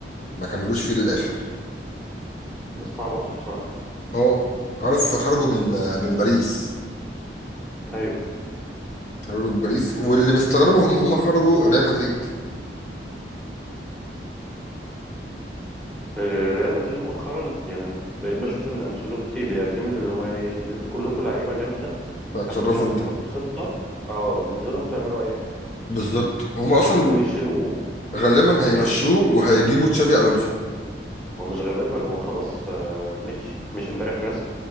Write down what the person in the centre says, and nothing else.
<clears throat> بس تعبطوا بصراحة
ايوه
آه، ريال مدريد مؤخرا يعني أنا بقيت بشوف ان انشيلوتي بيعتمد اللي هو ايه ان انتوا كلكم لعيبه جامده
فاحنا مش هنحط
خطه اه انزلوا انتوا اعملوا اي حاجه
وكانوا بيشيلوه
يعني كان
بيجي
هو مش غالبا هو خلاص آه، مشي مش امبارح رسمي